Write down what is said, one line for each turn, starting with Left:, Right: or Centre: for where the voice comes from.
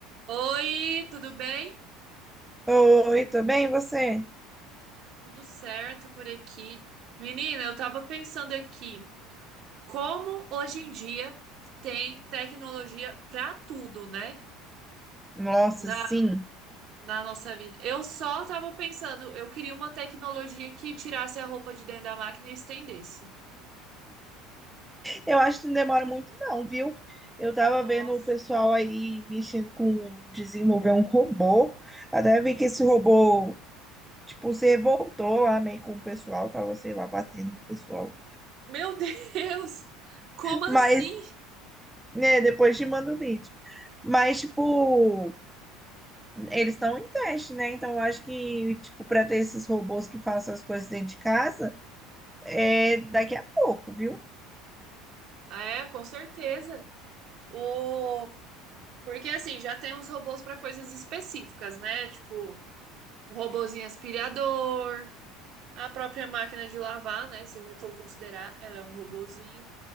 Right: Oi, tudo bem?
Centre: Oi, tudo bem? E você?
Right: Tudo certo por aqui. Menina, eu tava pensando aqui, como hoje em dia tem tecnologia pra tudo, né?
Centre: Nossa,
Right: Na,
Centre: sim.
Right: na nossa vida. Eu só tava pensando, eu queria uma tecnologia que tirasse a roupa de dentro da máquina e estendesse.
Centre: Eu acho que não demora muito não, viu? Eu tava
Right: Nossa.
Centre: vendo o pessoal aí mexendo com desenvolver um robô. Até vi que esse robô, tipo, se revoltou lá meio com o pessoal, tava, sei lá, batendo no pessoal.
Right: Meu <laughs> Deus! Como assim?
Centre: Mas, né, depois te mando o vídeo. Mas, tipo, eles estão em teste, né? Então, eu acho que, tipo, pra ter esses robôs que façam as coisas dentro de casa, é daqui a pouco, viu?
Right: É, com certeza. O... Porque assim, já tem os robôs para coisas específicas, né? Tipo, o robozinho aspirador. A própria máquina de lavar, né? Se a gente for considerar, ela é um robozinho